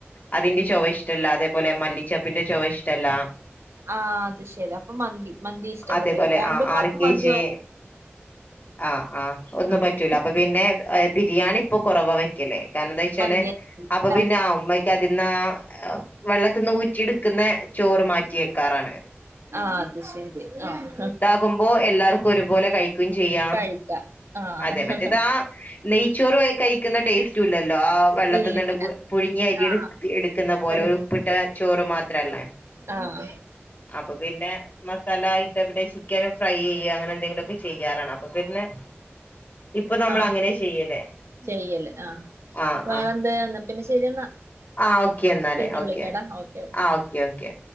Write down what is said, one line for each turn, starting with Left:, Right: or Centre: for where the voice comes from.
Left: അതിന്റെ ചൊവ ഇഷ്ട്ടല്ല അതേപോലെ മല്ലിച്ചപ്പിന്റെ ചൊവ ഇഷ്ട്ടല്ല
Right: ആഹ് അത് ശെരി അപ്പൊ മന്തി മന്തി ഇഷ്ടപ്പെടുവേരിക്കും
Left: അതേപോലെ
Right: അഹ് എന്റുമ്മാക്കും
Left: ആ ആർ കെ
Right: മന്തി
Left: ജി
Right: ഭയ
Left: ആഹ് ആഹ് ഒന്നും
Right: ആഹ്
Left: പറ്റൂല അപ്പൊ പിന്നെ ബിരിയാണി ഇപ്പൊ കൊറവാ വെ യ്ക്കലെ കാരണം എന്താന്ന് വെച്ചാല്
Right: മന്തി
Left: അപ്പൊ
Right: ആഹ്
Left: പിന്നെ ആ ഉമ്മക്ക് അതിന്ന് ആ വെള്ളത്തിന്ന് ഊ റ്റി എടുക്കുന്നെ ചോറ് മാറ്റിവെക്കാറാണ്
Right: ആഹ് അത് ശെരി ആഹ്
Left: ക്കുമ്പോ എല്ലാവർക്കും ഒരുപോലെ കഴിക്ക്യും ചെയ്യാം
Right: കഴിക്കാ ആഹ്
Left: അതെ മറ്റേത് ആ നെയ്ച്ചോറ് വഴി കഴിക്കുന്ന ടേസ്റ്റും ഇല്ലല്ലോ ആഹ് വെള്ളത്തിന്നിണ്ട്
Right: ഇല്ല ഇല്ല
Left: പു പുഴുങ്ങിയ അരി എടുത്ത്
Right: ആഹ്
Left: എടുക്കുന്ന പോലെ
Right: എടുത്ത്
Left: ഒരുപ്പിട്ട് ചോറ് മാത്രല്ലെ
Right: ആഹ്
Left: അപ്പൊ പിന്നെ മ സലായിട്ട് അവിടെ ചിക്കനും ഫ്രൈ ചെയ്യുക അങ്ങനെ എന്തെങ്കിലുവൊക്കെ ചെയ്യാറാണ് അപ്പൊ പിന്നെ ഇപ്പൊ നമ്മൾ
Right: ആഹ്
Left: അങ്ങനെ ചെയ്യലേ
Right: ചെയ്യല്ല് ആഹ്
Left: ആഹ്
Right: വേറെന്ത്
Left: ആഹ്
Right: എന്നാ പിന്നെ ശരിയെന്നാ
Left: ആഹ് ഓക്കെ എന്നാല്
Right: പിന്നെ
Left: ഓക്കെ
Right: വിളിക്കാടാ ഓക്കെ
Left: ആഹ് ഓക്കെ ഓക്കെ